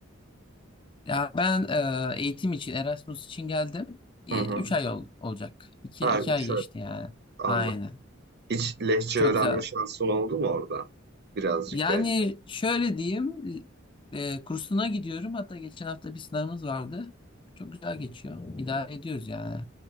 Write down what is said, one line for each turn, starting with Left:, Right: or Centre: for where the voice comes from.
Left: Ya ben e, eğitim için, Erasmus için geldim. üç
Right: Hı hı.
Left: ay ol- olacak. iki,
Right: Ha,
Left: iki
Right: üç
Left: ay geçti
Right: ay.
Left: yani.
Right: Anladım.
Left: Aynen.
Right: Hiç lehçe
Left: Çok
Right: öğrenme
Left: güzel.
Right: şansın oldu mu orada? Birazcık
Left: Yani
Right: böyle.
Left: şöyle diyeyim, e, kursuna gidiyorum. Hatta geçen hafta bir sınavımız vardı. Çok güzel geçiyor. İdare ediyoruz yani.